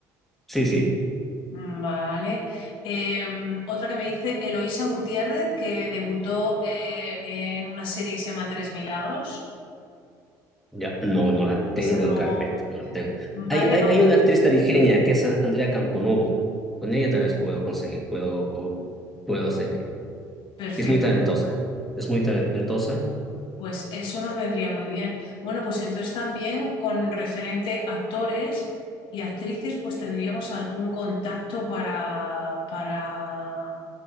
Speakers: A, in the centre; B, on the left (about 65°).
A: sí, sí,
B: Mm, Vale. Eh, otra que me dice Eloísa Gutiérrez, que debutó eh, en una serie que se llama Tres Milagros.
A: ya, no, no la tengo
B: No,
A: en carpeta, no la tengo.
B: vale,
A: Hay, hay,
B: luego.
A: hay una actriz tarijeña que es A- Andrea Camponovo, con ella tal vez puedo conseguir, puedo, puedo hacer,
B: Perfecto.
A: es muy talentosa, es muy talentosa.
B: Pues eso nos vendría muy bien. Bueno, pues entonces también con referente actores y actrices, pues tendríamos algún contacto para, para,